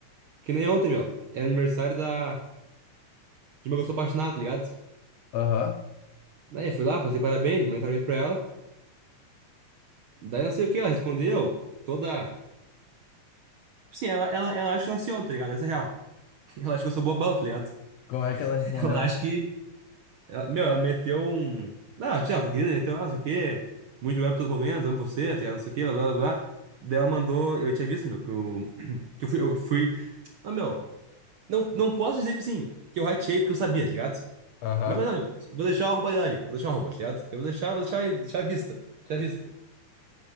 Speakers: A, on the right; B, on the left.
A: Que nem ontem, meu. Era aniversário da... de uma pessoa apaixonada, tá ligado?
B: Aham.
A: Daí eu fui lá, postei parabéns, mandei parabéns pra ela. Daí não sei o que, ela respondeu toda. Sim, ela, ela, ela acha que eu nasci ontem, tá ligado? Essa é real. <laughs> Ela acha que eu sou bobão, tá ligado?
B: Como é que ela
A: <laughs>
B: respondeu?
A: Ela acha que Ela- meu, ela meteu um. Ah, já, foi querida, então, ah, não sei o quê. Muito bem por todos os momentos, amo você, tá ligado? Não sei o quê, blá blá blá. Daí ela mandou. Eu tinha visto, meu, que eu. <clears throat> Que eu fui. Eu fui... Ah, meu, não, não posso dizer, tipo assim, que eu rateei porque eu sabia, tá ligado?
B: Aham.
A: Mas eu falei, não, meu, vou deixar a roupa dela ali, vou deixar a roupa, tá ligado? Eu vou deixar, vou deixar, deixar à vista, deixar à vista.